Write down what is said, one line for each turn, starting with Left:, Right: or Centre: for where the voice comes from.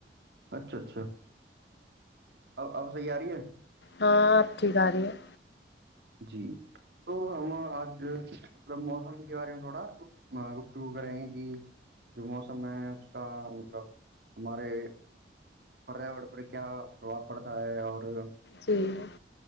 Right: اچھا اچھا اب صحیح آ رہی ہے
Left: ہاں آپ ٹھیک آ رہی ہے-
Right: جی تو ہم آج- مطلب موسم کے بارے میں تھوڑا گفتگ کریں کہ- جو موسم ہے اس کا مطلب- ہمارے پریاور پر کیا پرباؤ پڑتا ہے اور-
Left: جی-